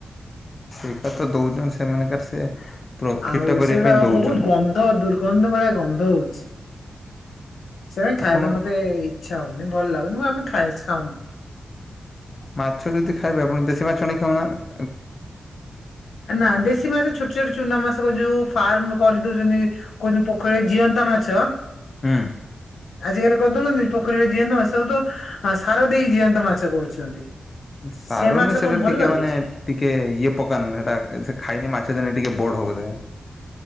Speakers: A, on the left (about 30°); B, on the left (about 80°).
A: ସେଇଟାତ ଦୋଉଛନ୍ତି ସେମାନେ ସେ ପ୍ରଫିଟଟା
B: ଆଉ
A: କରିବା
B: ସେଗୁଡା
A: ପାଇଁ ଦଉଛନ୍ତି
B: ବହୁତ୍ ଗନ୍ଧ ଦୁର୍ଗନ୍ଧ ଭଳିଆ ଗନ୍ଧ ହଉଛି। ସେପାଇଁ ଖାଇବା
A: ଆପଣ
B: ପାଇଁ ମୋତେ ଇଚ୍ଛା ହଉନି ଭଲ ଲାଗୁନି ମୁଁ ଆମେ ଖା ଖାଉନୁ।
A: ମାଛ ଯଦି ଖାଇବେ ଆପଣ ଦେଶୀ ମାଛ ନେଇକି ଖାଉ ନାହାନ୍ତି।
B: ନାଦେଶୀ ମାଛ ଛୋଟ ଛୋଟ। ଚୁନା ମାଛ ଯୋଉ ଫାର୍ମ କରିଦଉଛନ୍ତି କହୁଛନ୍ତି ପୋଖରୀରେ ଜିଅନ୍ତା ମାଛ।
A: ହୁଁ।
B: ଆଜିକାଲି କରିଦଉନାହାନ୍ତି ପୋଖରୀରେ ଜୀଅନ୍ତା ମାଛ ସବୁ ତ ସାର ଦେଇଜିଅନ୍ତା ମାଛ କରୁଛନ୍ତି।
A: ସାର
B: ସେ ମାଛ
A: ନୁହେ ସେଟା
B: କଣ ଭଲ
A: ଟିକେ
B: ଲାଗୁଛି?
A: ମାନେ ଟିକେ ଇଏ ପକାର ସେଟା ସେ ଖାଇନେ ମାଛ ଜାନେ। ଟିକେ ବଢ ବୋଧେ।